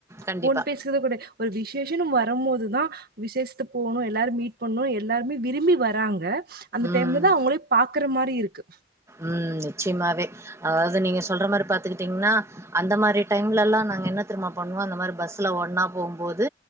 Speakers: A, on the right; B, on the right.
A: கண்டிப்பா.
B: ஃபோன் பேசுறது கூட ஒரு விசேஷனு வரம்போதுதா விசேஷத்து போணு எல்லாரும் மீட் பண்ணு எல்லாருமே விரும்பி வ ராங்க அந்த
A: ம்.
B: டைம்ல தா அவுங்களே பாக்குற மாரி இருக்கு.
A: ம் நிச்சியமாவே அதாவது நீங்க சொல்ற மாரி பாத்துக்கிட்டீங்கன்னா. அந்த மாரி டைம்லல்லா நாங்க என்ன திரும்ப பண்ணுவோ அந்த மாரி பஸ்ல ஒன்னா போம்போது